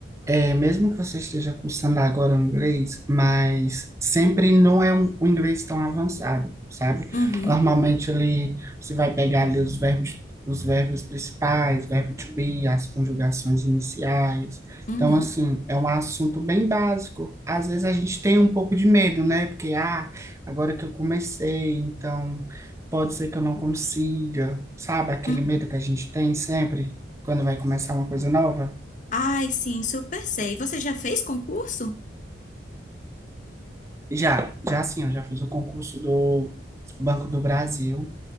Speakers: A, on the right; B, on the left.
A: É, mesmo que você esteja cursando agora o inglês, mas sempre não é um, um inglês tão avançado, sabe?
B: Uhum,
A: Normalmente ali você vai pegar ali os verbos, os verbos principais, verbo to be, as conjugações iniciais.
B: uhum,
A: Então, assim, é um assunto bem básico. Às vezes a gente tem um pouco de medo, né? Porque, ah, agora que eu comecei, então pode ser que eu não consiga, sabe? Aquele
B: uhum.
A: medo que a gente tem sempre quando vai começar uma coisa nova.
B: Ai, sim, super sei. Você já fez concurso?
A: Já, já sim eu já fiz o concurso do Banco do Brasil.